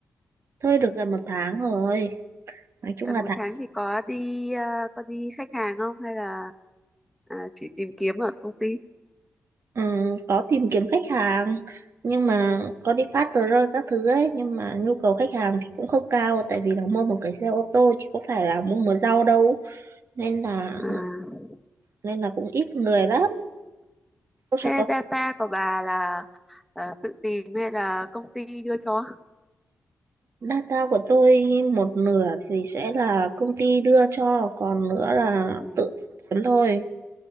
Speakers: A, on the right; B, in the centre.
A: thôi được gần một tháng rồi nói chung
B: gần
A: là
B: một
A: tháng
B: tháng thì có đi à, có đi khách hàng không hay là à, chỉ tìm kiếm ở công ty
A: ừm, có tìm kiếm khách hàng nhưng mà có đi phát tờ rơi các thứ ấy nhưng mà nhu cầu khách hàng thì cũng không cao tại vì là mua một cái xe ô tô chứ có phải là mua một rau đâu nên là
B: à
A: nên là cũng ít người lắm tôi sẽ
B: Thế
A: có
B: data của bà là ờ, tự tìm hay là công ty đưa cho?
A: Data của tôi một nửa thì sẽ là công ty đưa cho, còn nữa là
B: Ừ.
A: tự kiếm thôi.